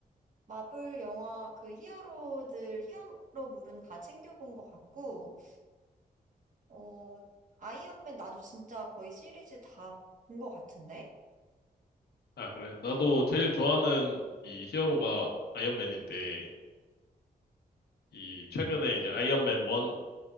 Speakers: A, on the right; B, on the left.
A: 마블 영화 그 히어로들, 히어로물은 다 챙겨본 것 같고, 어, 아이언맨 나도 진짜 거의 시리즈 다 본 것 같은데?
B: 아, 그래. 나도 제일 좋아하는 이 히어로가 아이언맨인데, 이 최근에 이제 아이언맨 1